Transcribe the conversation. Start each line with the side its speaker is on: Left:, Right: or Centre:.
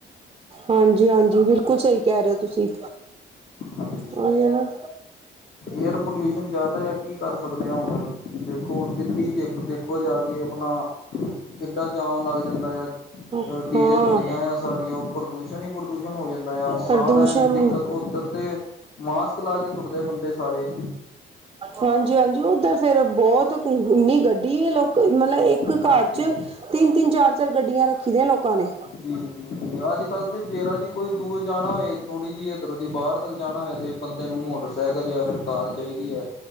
Right: ਹਾਂਜੀ-ਹਾਂਜੀ ਬਿਲਕੁਲ ਸਹੀ ਕਹਿ ਰਹੇ ਹੋ ਤੁਸੀਂ
Left: ਹਾਂਜੀ
Right: ਓਹੀ ਨਾ
Left: ਏਅਰ ਪੋਲਿਊਸ਼ਨ ਜ਼ਿਆਦਾ ਆ ਕੀ ਕਰ ਸਕਦੇ ਆ ਹੁਣ ਦੇਖੋ ਦਿੱਲੀ ਦੇਖ ਦੇਖੋ ਓ ਜਾ ਕੇ ਆਪਣਾ ਕਿੱਡਾ ਜਾਮ ਲੱਗ ਜਾਂਦਾ ਆ
Right: ਹਾਂ
Left: ਡੀਜ਼ਲ ਗੱਡੀਆਂ ਆ ਸਾਰੀਆਂ ਪ੍ਰਦੂਸ਼ਣ ਹੀ ਪ੍ਰਦੂਸ਼ਣ ਹੋ ਜਾਂਦਾ ਆ ਸਾਹ
Right: ਪ੍ਰਦੂਸ਼ਣ
Left: ਲੈਣ ਚ ਦਿੱਕਤ
Right: ਹੀ
Left: ਉੱਧਰ ਤੇ ਮਾਸਕ, ਲਾ ਕੇ ਤੁਰਦੇ ਬੰਦੇ ਸਾਰੇ
Right: ਹਾਂਜੀ-ਹਾਂਜੀ ਉਹ ਤੇ ਫੇਰ ਬਹੁਤ ਗੂਗੀ ਗੱਡੀ ਹੈ ਮਤਲਬ ਇੱਕ ਇੱਕ
Left: ਹਾਂਜੀ
Right: ਘਰ ਚ ਤਿੰਨ-ਤਿੰਨ ਚਾਰ-ਚਾਰ ਗੱਡੀਆਂ ਰੱਖੀਆਂ ਦੀਆਂ ਲੋਕਾਂ ਨੇ
Left: ਜੀ, ਜੀ-ਜੀ ਅੱਜ ਕੱਲ੍ਹ ਤੇ ਜਿਹੜਾ ਜੀ ਕੋਈ ਦੂਰ ਜਾਣਾ ਹੋਏ ਥੋੜ੍ਹੀ ਜਿਹੀ ਇੱਧਰੋਂ ਦੀ ਬਾਹਰ ਤੱਕ ਜਾਣਾ ਹੋਏ, ਤੇ ਬੰਦੇ ਨੂੰ ਮੋਟਰਸਾਈਕਲ ਜਾਂ ਫਿਰ ਕਾਰ ਚਾਹੀਦੀ ਐ।